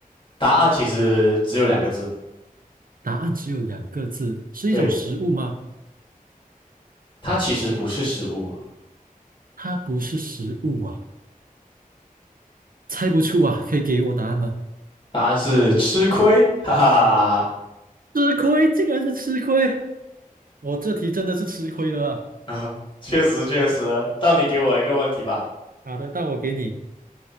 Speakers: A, on the left; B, on the right.
A: 答案其实只有两个字。
B: 答案只有两个字，是一种食物吗？
A: 对，它其实不是食物，
B: 它不是食物啊，猜不出啊，可以给我答案吗？
A: 答案是吃亏。<laughs> 哈哈哈哈
B: 吃亏，竟然是吃亏。我这题真的是吃亏了啊！
A: 啊，<laughs> 确实确实。到你给我一个问题吧。
B: 好的，那我给你：